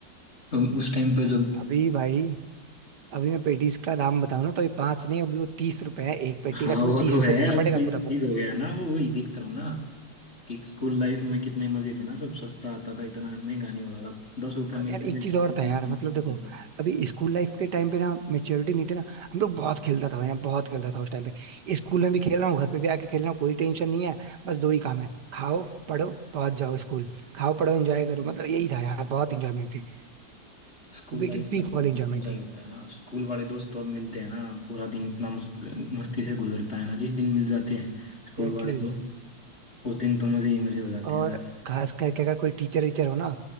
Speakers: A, on the left; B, on the right.
A: तो उस टाइम पे जब
B: अभी भाई अभी मैं पेटीज का दाम बताऊं ना तो ये पांच नहीं अभी वो तीस रुपए है एक पेटी
A: हाँ
B: का तुम्हें
A: वो
B: तीस
A: तो
B: रुपए
A: है
B: देना
A: अब
B: पड़ेगा
A: तो ये
B: पूरा
A: चीज
B: पूरा
A: हो गया ना वो वही दिख रहा हूँ ना कि स्कूल लाइफ में कितने मजे थे ना सब सस्ता आता था इतना महंगा नहीं होता था दस रुपए
B: और
A: मिलते
B: यार
A: थे
B: एक चीज और
A: उसमें
B: था यार
A: इतना
B: मतलब
A: कुछ
B: देखो
A: हो जाता था
B: अभी स्कूल लाइफ के टाइम पे ना मेच्योरिटी नहीं थी ना हम लोग बहुत खेलता था यार बहुत खेलता था उस टाइम पे स्कूल में भी खेल रहा हूँ घर पे भी आके खेल रहा हूँ कोई टेंशन नहीं है बस दो ही काम है खाओ पढ़ो पहुंच जाओ स्कूल खाओ पढ़ो एंजॉय करो मतलब यही था यार बहुत इंजॉयमेंट थी
A: स्कूल
B: मतलब एकदम
A: लाइफ
B: पीक
A: का तो
B: वाली
A: अलग
B: इंजॉयमेंट
A: मजा
B: थी
A: ही होता है ना स्कूल वाले दोस्त तो अब मिलते हैं ना पूरा दिन इतना मस्त मस्ती से गुजरता है ना जिस दिन मिल जाते हैं स्कूल
B: एग्जैक्टली
A: वाले वो दिन तो मुझे ही मुझे हो जाते
B: और
A: हैं सारे
B: खास करके अगर कोई टीचर वीचर हो ना